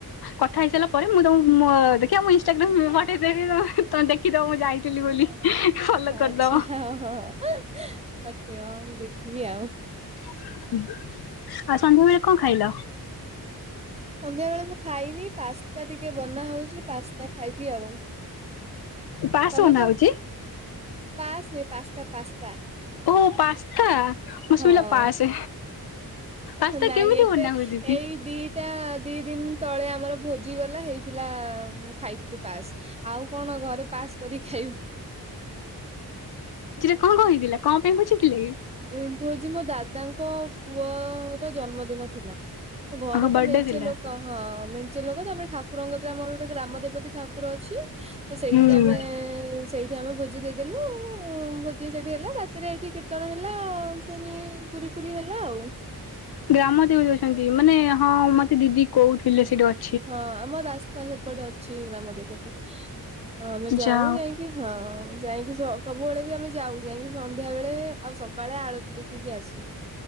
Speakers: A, on the left; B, on the right.
A: କଥା ହେଇସାରିଲା ପରେ ମୁଁ ତମକୁ ଦେଖିବା ମୁ ଇନ୍ ମ ଓଟେଇ ଦେବି ତ ଦେଖିଦବ ମୁଁ ଯାଇଥିଲି ବୋଲି ଫଲୋ
B: ଆଚ୍ଛା
A: କରିଦବ
B: ହ ହଁ ପଠେଇବ ମୁ ଦେଖିବି ଆଉ
A: ଆଉ ସନ୍ଧ୍ୟାବେଳେ କଣ ଖାଇଲ?
B: ସନ୍ଧ୍ୟାବେଳେ ମୁଁ ଖାଇନି ପାସ୍ତା ଟିକେ ବନା ହଉଛି ପାସ୍ତା ଖାଇବି ଆଉ
A: ପାସ୍
B: ତମେ
A: ବନା
B: କଣ
A: ହଉଛି
B: ପାସ୍ ନ ପାସ୍ତା ପାସ୍ତା।
A: ଓ ପାସ୍ତା ମୁଁ
B: ହଁ
A: ଶୁଣିଲା ପାସେ ପାସ୍ତା
B: ନାଇଁ
A: କେମିତି
B: ଏବେ
A: ବନା ହୁଏ ଦିଦି?
B: ଏଇ ଦି ଦି ଦିନ ତଳେ ଆମର ଭୋଜି ଗଲା ହେଇଥିଲା ଖାଇଥିଲୁ। ପାସ୍ ଆଉ କଣ ଘରେ ପାସ୍ କର ଖାଇବୁ
A: କଣଥିଲା କଣ ପାଇଁ ବୁଝିଥିଲେ କି?
B: ଉ ହୁଉଛି ମୋ ଦାଦାଙ୍କ ପୁଅ ର ଜନ୍ମଦିନ ଥିଲା। ଘରେ
A: ହଁ
B: ତ
A: ବର୍ଥଡେ
B: ମେନ୍ଚେ
A: ଥିଲା
B: ଲୋକ ହଁ। ମେଞ୍ଚେ ଲୋକ ତାପରେ ଠାକୁରଙ୍କ ଦଵା ଆମର ଗୋଟେ ଗ୍ରାମ ଦେବତୀ ଠାକୁର ଅଛି ତ ସେଇଠିକି
A: ହୁଁ।
B: ଆମେ ସେଇଠି ଆମେ ଭୋଜି ଦେଇଦେଲୁ ଭୋଜି ସେଇଠି ହେଲା ରାତିରେ ଏଇଠି କୀର୍ତ୍ତନ ହେଲା ଆ ପୁଣି ପୁରୀ ପୁୀ ହେଲା ଆଉ
A: ଗ୍ରାମ ଦେବି ଅଛନ୍ତି ମାନେ ହଁ ମତେ ଦିଦି କୋହୁଥିଲେ ସେଠି ଅ
B: ହଁ ଆମ ରାସ୍ତା ସେପଟେ ଅଛି ଗ୍ରାମ ଦେବତି ଆମେ ଯାଉ
A: ଯା
B: ଯାଇକି ହଁ ଯାଇକି ସବୁବେଳେ ବି ଆମେ ଯାଉ ଯାଇକି ସନ୍ଧ୍ୟା ବେଳେ ଆଉ ସକାଳେ ଆଳତି ଦେଖିକି ଆସୁ।